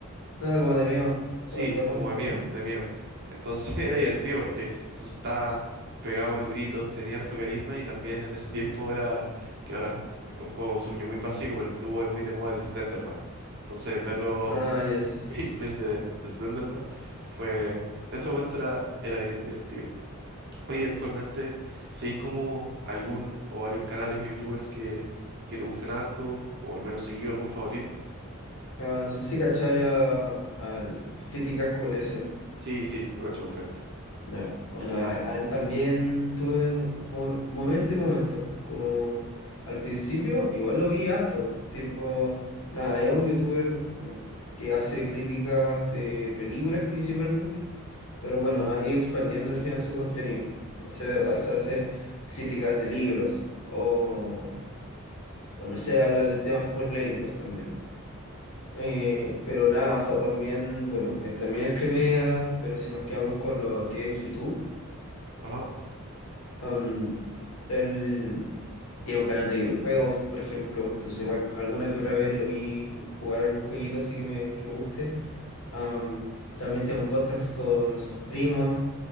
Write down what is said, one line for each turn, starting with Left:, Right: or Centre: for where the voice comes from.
Left: No, como de miedo,
Right: Sí,
Left: como de terror,
Right: como de
Left: ¿o
Right: mío,
Left: no?
Right: de mío. Entonces <laughs> era
Left: Ya.
Right: divertido porque se asustaba, pegaba unos gritos, tenía harto carisma y también en ese tiempo era, que ahora es un un juego sueño muy básico, pero estuvo muy de moda el Slenderman. Entonces verlo
Left: Ah, ya sí.
Right: <laughs> gameplays de, de Slenderman fue, en ese momento era, era bien divertido. Oye, actualmente, ¿seguís como algún o varios canales o youtubers que, que te gusten harto o al menos seguido algún favorito?
Left: Ah, no sé si cachaba al Críticas QLS.
Right: Sí, sí, lo cacho perfecto.
Left: Ya. Bueno, a, a él también tuve mo- mo- momento y momento. Como al principio, igual lo vi harto. Tipo, nada, es un youtuber, bueno, que hace críticas de películas principalmente. Pero bueno,
Right: Ajá,
Left: ha ido expandiendo al final su contenido. No sé, a veces hace críticas de libros o. O no sé, habla de temas polémicos también. Eh, pero nada, o sea, también, bueno, él también es Crimea, pero si nos quedamos con lo que es YouTube,
Right: ajá,
Left: am, él tiene un canal de videojuegos, por ejemplo, entonces igual alguna que otra vez lo vi ju- jugar algún jueguito así que me, que me guste. Am, también tiene un podcast con sus primos,